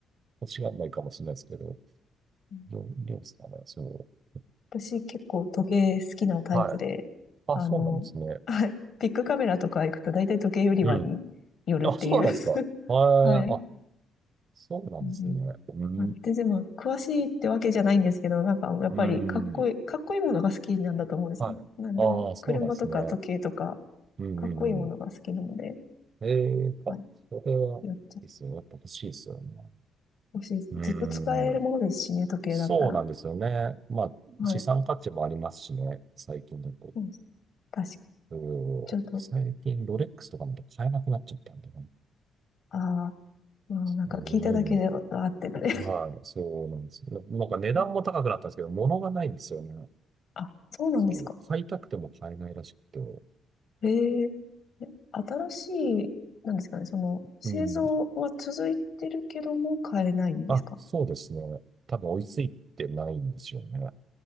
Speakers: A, on the right (about 50°); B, on the left (about 70°).
A: 欲しがらないかもしれないですけど、
B: うん
A: どう、どうですかね、そう。
B: 私結構時計好きなタイプで、
A: はい。あ、
B: あの、
A: そうなんですね。
B: はい、ビッグカメラとか行くと大体時計売り場に寄るっていう。
A: うん。あ、そうなんですか。
B: <laughs>
A: はい。
B: はい。
A: あ、そうなんですね。
B: うん
A: うん。
B: あで、でも、詳しいってわけじゃないんですけど、なんか、やっぱり、
A: うん。
B: かっこいい、かっこいいものが好きなんだと思うんですよね。
A: はい。
B: なんでも、
A: ああ、そうなんですね。
B: 車とか時計とか、
A: うんうんうん。
B: かっこいいものが好きなので、
A: ええあ、
B: はい。
A: それは、
B: やっと、
A: いいっすよ。やっぱ欲しいですよね。
B: もしい、
A: うん。
B: ずっと使えるものですしね、時計だったら。
A: そうなんですよね。まあ、
B: はい。
A: 資産価値もありますしね、最近だと。
B: うん確か、
A: う
B: ちょっと、
A: ん最近、ロレックスとかなんて買えなくなっちゃったんで、
B: ああ、もうなんか聞いただけで、
A: うん、
B: あーってなる。
A: まあ、そうなんですよ。なんか値段も高くなったんですけど、
B: <laughs>
A: 物がないんですよね。
B: あ、そうなんですか。
A: それを買いたくても買えないらしくて。
B: ええ。え新しい、なんですかね、その、製造は続いてるけども買えないんですか
A: うん。あ、そうですね。多分追いついてないんですよね。